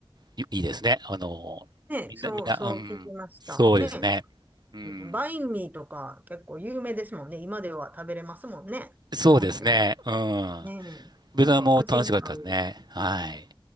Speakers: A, on the right; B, on the right.
A: いいいですね。あの、
B: ね、
A: みんな、
B: そう、
A: みんな、
B: そう聞きました。
A: うん。そうですね。
B: ね。うん
A: うん。
B: バインミーとか結構有名ですもんね。今では食べれますもんね。
A: そうですね。
B: 日本でも。
A: うん。
B: ねえ。
A: ベトナムも楽しかったですね。
B: なんか口に合う。
A: はい。